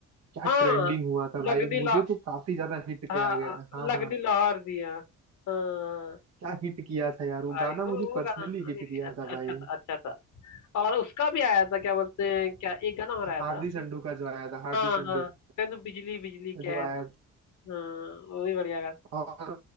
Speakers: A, on the right (about 60°); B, on the left (about 75°).
A: क्या
B: हाँ
A: ट्रेंडिंग
B: हाँ,
A: हुआ था भाई
B: लग दिला
A: मुझे तो काफी ज्यादा हिट किया
B: हाँ
A: गया हाँ
B: लग
A: हाँ
B: दिला हार दिया हाँ
A: क्या हिट किया था यार वो
B: भाई
A: गाना
B: वो
A: मुझे
B: वो
A: पर्सनली
B: गाना
A: हिट
B: नहीं नहीं,
A: किया
B: अच्छा
A: था
B: अच्छा
A: भाई
B: था अच्छा था और उसका भी आया था क्या बोलते हैं क्या एक गाना और आया
A: हार्दी
B: था
A: संडू का जो आया था हार्दी
B: हाँ
A: संडू
B: हाँ तनु बिजली बिजली
A: का जो
B: कैन
A: आया था
B: हाँ वो भी बढ़िया गाना
A: और